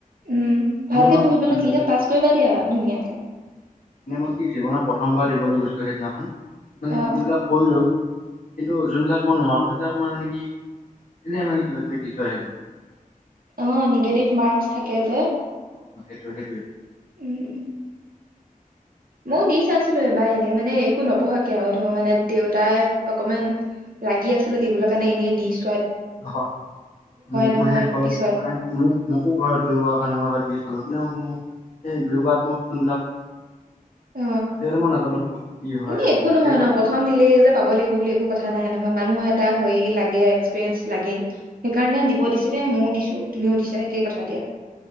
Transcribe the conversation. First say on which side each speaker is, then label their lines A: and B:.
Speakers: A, on the right; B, on the left.
A: উম
B: মানে
A: ভালকে
B: মই
A: পঢ়িবলৈ
B: উম,
A: দিলে পাছ কৰিবা দিয়া আৰু ধুনীয়াকে ৷
B: মানে মই কি জীৱনত প্ৰথমবাৰ দিবলৈ গৈছিলো সেইদিনাখন মানে
A: অ
B: গোটেইবিলাক কৰিলো কিন্তু যোনবিলাক মই নোৱাৰো সেইবিলাক মই মানে কি এনে মানে কিবা কিবি দি থৈ আহিলো ৷
A: অ নিগেটিভ মাৰ্কছ থাকে যে!
B: টো সেইটোৱে ৷
A: উম ময় দি চাইছিলো এবাৰ এনেই মানে একো নপঢ়াকে আৰু ধৰ মানে দেউতাই অকমান লাগি আছিলো দিবলৈ কাৰণে এনেই দিছ
B: অ মোকো
A: নহয়
B: সেই ঘৰত
A: পিছত
B: মানে মোক মোকো ঘৰত জোৰ দিয়া কাৰণে মই এবাৰ দি চালো ৷ এনেও মো সেই বিয়োগাত্মক যোনবিলাক
A: অ
B: আজিকালি মই নাজানো কি হয়
A: ন
B: কি
A: একো নহয়
B: বিয়োগাত্মক
A: ন প্ৰথম দিলেই যে পাব লাগিব বুলি একো কথা নাই নহয় মানুহে লাগেই এক্সপ্ৰিয়েছ লাগেই সেইকাৰণে দিব দিছিলেই ময়ও দিছো তুমিও দিছা সেইেই কথা দিয়া ৷